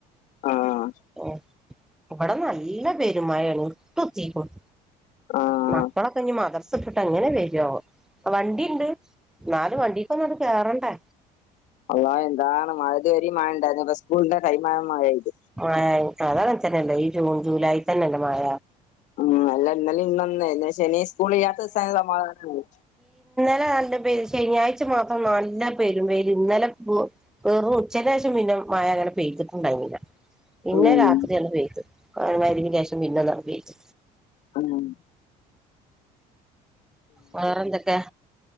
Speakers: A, on the left; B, in the centre.
A: ആഹ്
B: ഉം. ഇബടെ നല്ല പെരുമയേണ് ഇര്ട്ടുത്തീക്കുണു
A: ആഹ്
B: മക്കളൊക്കെഞ്ഞി മദ്രസ് ട്ട്ട്ട് എങ്ങനെ വരാവോ വണ്ടിണ്ട് എന്നാലും വണ്ടീക്കൊന്ന് കേറണ്ടെ
A: അല്ലാഹ് എന്താണ് മഴതുവരിം മഴണ്ടായിരുന്നില്ല ഇപ്പ സ്കൂളിന്റെ ടൈമായ മഴെയ്തു
B: <unintelligible> അതങ്ങന തന്നല്ലെ ഈ ജൂൺ ജൂലൈ തന്നല്ലേ മഴ.
A: ഉം അല്ല ഇന്നലിം ഇന്നൊന്നും ശനി സ്കൂൾ ഇയ്യാത്ത ദിവസാണ് സമാധാനാണ്.
B: ന്നലെ നല്ലം പെയ്ത് ശനിയാഴ്ച മാത്രം നല്ല പെരും വെയില് ഇന്നലെപ്പോ വെറും ഉച്ചന്റേഷം പിന്നെ മയ അങ്ങനെ പെയ്തിട്ടുണ്ടായിന്നീലാ പിന്നെ
A: ഉം
B: രാത്രിയാണ് പെയ്ത് മഗ്‌രിബിന് ശേഷം പിന്നൊന്നാണ്ട് പെയ്ത്.
A: ഉം
B: വേറെന്തൊക്കെ